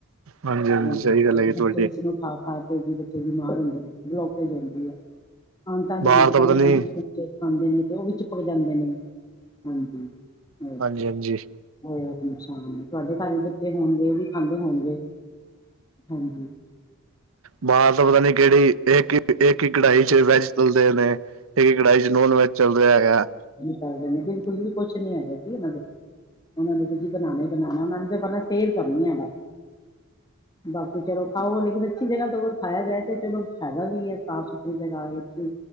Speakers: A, on the right; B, on the left.
A: ਹਾਂਜੀ ਹਾਂਜੀ
B: ਹ
A: ਸਹੀ ਗੱਲ ਹੈਗੀ ਤੁਹਾਡੀ
B: ਖਾ। ਖਾ ਕੇ ਬੱਚੇ ਬਿਮਾਰ ਹੁੰਦੇ ਆ ਬਲੋਕ ਹੋ ਜਾਂਦੀ ਆ ਅਤਾਂ ਦੇ
A: ਬਾਹਰ
B: ਵਿੱਚ
A: ਤਾਂ
B: ਕਹਿੰਦੇ।
A: ਪਤਾ ਨੀ
B: ਖਾਂਦੇ ਨੇ ਤੇ ਉਹ ਵੀ ਚੀਪਕ ਜਾਂਦੇ ਨੇ ਹਾਂਜੀ। ਹੋਰ
A: ਹਾਂਜੀ ਹਾਂਜੀ।
B: ਬਹੁਤ ਨਕਸਾਨ ਤੁਹਾਡੇ ਘਰ ਵੀ ਬੱਚੇ ਹੋਣਗੇ, ਉਹ ਵੀ ਖਾਂਦੇ ਹੋਣਗੇ। ਹਾਂਜੀ,
A: ਬਾਹਰ ਤਾਂ ਪਤਾ ਨੀ ਕਿਹੜੀ, ਇੱਕ -ਇੱਕ ਹੀ ਕਢਾਈ ਚ ਵੈਜ ਤਲਦੇ ਨੇ। ਤੇਰੀ ਕੜਾਈ ਚ ਨੋਨ ਵੈਜ ਚੱਲ ਰਿਹਾ ਹੈਗਾ।
B: ਚਦੇਦੇ ਨੇ ਬਿਲਕੁਲ ਵੀ ਕੁਛ ਨੀ ਹੈਗ ਸੀ ਇਹਨਾਂ ਦੇ। ਉਹਨਾਂ ਨੇ ਜੀ ਬਣਾਉਣਾ ਹੀ ਬਣਾਉਣਾ ਉਹਨਾ ਨੂੰ ਤਾਂ ਸੇਲ ਕਰਨੀ ਹੈ ਬੱਸ। ਬਾਕੀ ਚਲੋ ਖਾਓਗੇਗਾ ਲਕਿਨ ਅੱਛੀ ਜਗਾ ਤੋਂ ਅਗਰ ਖਾਇਆ ਜਾਏ ਤੇ ਚਲੋ ਫਾਇਦਾ ਵੀ ਹੈ ਸਾਫ਼ ਸੁਥਰੀ ਜਗਾ ਏ।